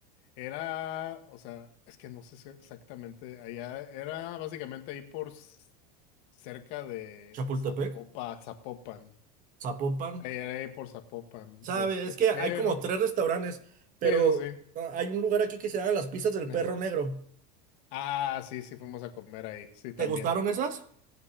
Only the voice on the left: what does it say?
era, o sea, es que no sé si exactamente, allá era básicamente ahí por s- cerca de
Zapopa, Zapopan,
ahí era ahí por Zapopan,
este,
pero,
sí, eso sí,
eh.
Ah, sí, sí, fuimos a comer ahí, sí, también.